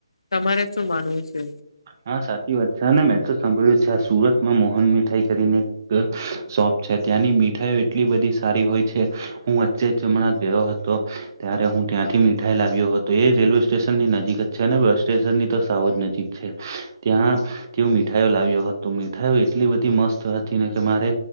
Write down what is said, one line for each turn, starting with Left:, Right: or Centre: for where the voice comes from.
Left: તમારે શું માનવું છે?
Right: હા સાચી વાત છે અને મેં તો સાંભળ્યું છે કે સુરતમાં મોહન મીઠાઈ કરીને શોપ છે ત્યાંની મીઠાઈ એટલી બધી સારી હોય છે હું વચ્ચે જ ત્યાં ગયો હતો. તો ત્યારે હું ત્યાંથી મીઠાઈ લાવ્યો હતો એ રેલવે સ્ટેશનની નજીક જ છે ને બસ સ્ટેશનની તો સાવ જ નજીક છે. ત્યાંથી મીઠાઈઓ લાવ્યો હતો મીઠાઈ એટલી બધી મસ્ત હતી ને કે મારે